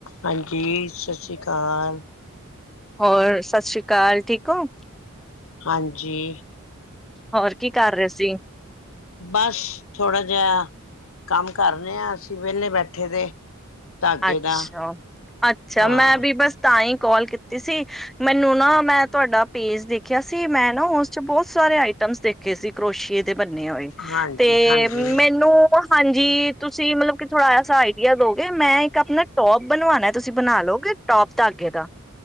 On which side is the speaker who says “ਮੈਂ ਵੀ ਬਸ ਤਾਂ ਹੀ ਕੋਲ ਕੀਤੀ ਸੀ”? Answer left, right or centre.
Centre